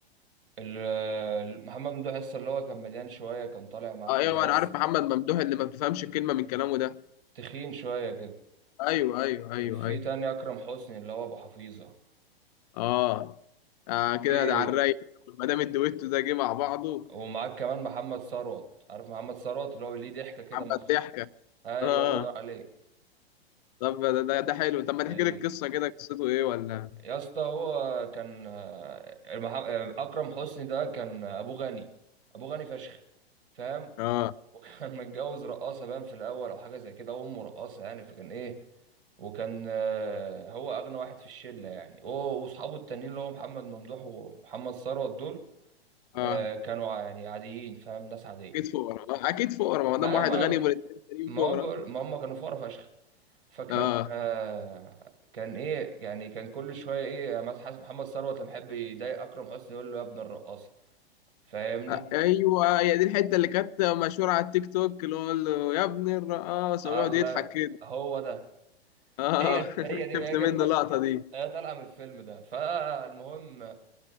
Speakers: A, on the right (about 60°); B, on the left (about 40°).
A: ال- آه، محمد ممدوح لسه اللي هو كان مليان شويه كان طالع مع احمد
B: اه ايوه
A: عز
B: انا عارف محمد ممدوح اللي ما بتفهمش كلمه من كلامه ده
A: تخين شويه كده
B: ايوه ايوه ايوه
A: وفي
B: ايوه
A: تاني اكرم حسني اللي هو ابو حفيظه
B: اه, آه كده
A: في
B: ده على الرايق ما دام الدويتو ده جه مع بعضه
A: ومعاك كمان محمد ثروت عارف محمد ثروت اللي هو ليه ضحكه كده
B: عم
A: مخ...
B: الضحكه
A: ايوه
B: اه
A: الله ينور عليك
B: طب ده, ده ده حلو طب ما
A: ال...
B: تحكي لي القصه كده قصته ايه ولا
A: يا اسطى هو كان آه، المح- آه، اكرم حسني ده كان ابوه غني ابوه غني فشخ فاهم
B: اه
A: وكان <laughs> متجوز رقاصه باين في الاول او حاجه زي كده وامه رقاصه يعني فكان ايه وكان آه، هو اغنى واحد في الشله يعني هو واصحابه التانيين اللي هو محمد ممدوح ومحمد ثروت دول
B: اه
A: آه، كانوا يعني عاديين فاهم ناس عاديه
B: اكيد فقراء آه اكيد فقراء
A: ما
B: ما دام واحد
A: ما
B: غني والاثنين التانيين
A: ما
B: فقراء
A: هو بقول- ما هم كانوا فقراء فشخ فكان
B: آه.
A: آه كان ايه يعني كان كل شويه ايه مثلا حسب محمد ثروت لما يحب يضايق اكرم حسني يقول له يا ابن الرقاصه فاهمني
B: آه، ايوه هي دي الحته اللي كانت مشهوره على التيك توك اللي هو قال له يا ابن الرقاصه
A: الله
B: ويقعد يضحك كده
A: هو ده
B: اه
A: هي
B: <laughs>
A: دي هي دي
B: شفت
A: ما هي جت-
B: منه اللقطه دي
A: هي طالعه من الفيلم ده فالمهم